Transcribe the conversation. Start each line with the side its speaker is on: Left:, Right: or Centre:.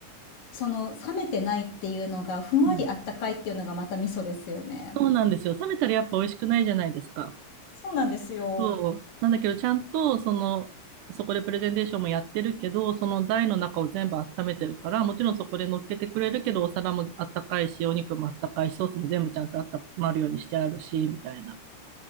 Left: その冷めてないっていうのがふんわりあったかいっていうのがまた味噌ですよね。
Right: うん。そうなんですよ。冷めたらやっぱ美味しくないじゃないですか。
Left: そうなんですよ。
Right: そう。なんだけど、ちゃんと、その、そこでプレゼンテーションもやってるけど、その台の中を全部温めてるから、もちろんそこで乗っけてくれるけど、お皿もあったかいし、お肉もあったかいし、ソースも全部ちゃんとあったまるようにしてあるし、みたいな。